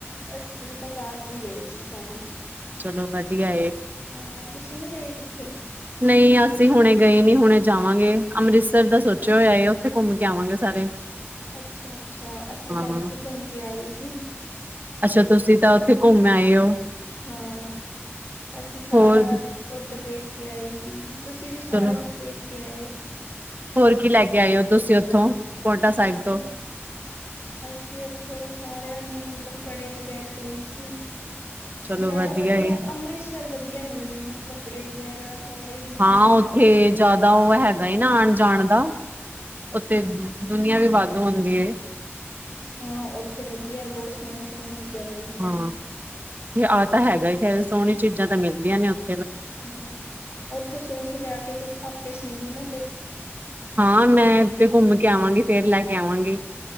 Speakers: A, on the left; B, on the right.
A: ਅਸੀਂ ਤਾਂ ਕਾਰ ਚ ਹੀ ਗਏ ਸੀ ਸਾਰੇ
B: ਚਲੋ ਵਧੀਆ
A: ਹਾਂ ਤੁਸੀਂ ਨੀ ਗਏ ਕਿੱਥੇ
B: ਨਹੀਂ ਅਸੀਂ ਹੁਣੇ ਗਏ ਨੀ ਹੁਣੇ ਜਾਵਾਂਗੇ ਅੰਮ੍ਰਿਤਸਰ ਦਾ ਸੋਚਿਆ ਹੋਇਆ ਉੱਥੇ ਘੁੰਮ ਕੇ ਆਵਾਂਗੇ ਸਾਰੇ
A: ਅੱਛਾ ਅੱਛਾ ਅਸੀਂ
B: ਹਾਂ
A: ਤਾਂ ਉੱਥੇ ਘੁੰਮ ਕੇ ਆਏ ਸੀ।
B: ਅੱਛਾ ਤੁਸੀਂ ਤਾਂ ਉੱਥੇ ਘੁੰਮ ਆਏ ਹੋ।
A: ਹਾਂ ਅਸੀਂ ਸਾਰਾ
B: ਹੋਰ
A: ਉਧਰ ਵੇਖ ਕੇ ਆਏ ਸੀ। ਤੁਸੀਂ ਵੀ
B: ਚਲੋ
A: ਸਾਰਾ ਕੁਛ ਵੇਖ ਕੇ ਆਏ ਹੋ
B: ਹੋਰ ਕੀ ਲੈ ਕੇ ਆਏ ਹੋ ਤੁਸੀਂ ਉੱਥੋਂ ਪੋਟਾ ਸਾਹਿਬ
A: ਅੱਸੀ
B: ਤੋਂ?
A: ਅਸੀਂ ਉੱਥੋਂ ਸਾਰਿਆਂ ਨੇ ਮਤਲਬ ਕੜੇ ਵਗੈਰਾ ਲਏ ਸੀ।
B: ਚਲੋ
A: ਜ਼ਿਆਦਾ ਵਧੀਆ
B: ਏ
A: ਅੰਮ੍ਰਿਤਸ ਸਰ ਵਧੀਆ ਮਿਲਦੇ ਨੇ ਕੱਪੜੇ ਵਗੈਰਾ ਸਾਰੇ ਜੁੱਤੀਆਂ
B: ਹਾਂ ਉੱਥੇ ਜ਼ਿਆਦਾ ਉਹ ਹੈਗਾ ਨਾ ਆਉਣ ਜਾਣ ਦਾ ਉੱਥੇ ਦੁਨੀਆਂ ਵੀ ਵੱਧ ਹੁੰਦੀ ਏ
A: ਹਾਂ ਉੱਥੇ ਵਧੀਆ ਬਹੁਤ ਸੋਹਣੀ ਸੋਹਣੀ ਚੀਜ਼ਾਂ ਮਿਲਦੀਆਂ
B: ਹਾਂ।
A: ਨੇ
B: ਆਹ ਤਾਂ ਹੈਗਾ ਸੋਹਣੀ ਚੀਜ਼ਾਂ ਤਾਂ ਮਿਲਦੀਆਂ ਨੇ ਉਥੇ
A: ਹਮ ਉੱਥੇ ਸੂਟ ਲਿਆ ਕੇ ਤੂੰ ਆਪੇ ਸੀਵੀ ਨਾ ਫਿਰ
B: ਹਾਂ ਮੈਂ ਇੱਥੇ ਘੁੰਮ ਕੇ ਆਵਾਂਗੀ ਫੇਰ ਲੈ ਕੇ ਆਵਾਂਗੀ